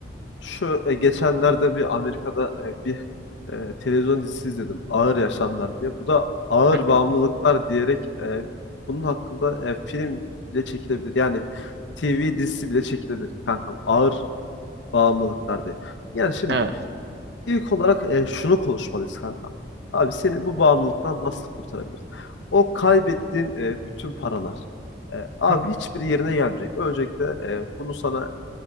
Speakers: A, on the left; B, on the right.
A: Şu e, geçenlerde bir Amerika'da e, bir e, televizyon dizisi izledim. Ağır Yaşamlar diye. Bu da ağır
B: Hı hı.
A: bağımlılıklar diyerek e, bunun hakkında e, film bile çekilebilir. Yani TV dizisi bile çekilebilir kankam. Ağır bağımlılıklar diye. Yani şimdi
B: Evet.
A: ilk olarak e, şunu konuşmalıyız kankam. Abi seni bu bağımlılıktan nasıl kurtarabiliriz? O kaybettiğin e, bütün paralar. e, abi
B: Hı hı.
A: hiçbir yerine gelmeyecek. Öncelikle e, bunu sana